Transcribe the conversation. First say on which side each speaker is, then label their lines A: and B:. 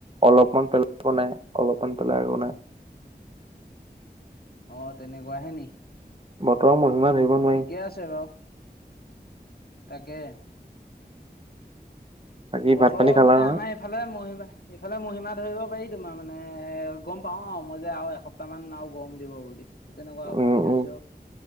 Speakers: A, on the right (about 35°); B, on the left (about 65°).
A: অলপমান পেলাই আকৌ নাই, অলপমান পেলাই আকৌ নাই।
B: অ, তেনেকুৱাহে নি,
A: বতৰৰ মহিমা ধৰিব নোৱাৰি
B: ঠিকে আছে বাৰু। তাকে।
A: বাকী
B: বতৰ
A: ভাত পানী খালা
B: মানে,
A: নহয়
B: আমাৰ এইফালে মহিমা ইফালে মহিমা ধৰিব পাৰি তোমাৰ মানে, এ, গম পাওঁ আৰু মই যে আৰু এসপ্তাহ মান আৰু গৰম দিব বুলি। তেনেকুৱা আৰু
A: উম
B: ভাবি থৈছো,
A: উম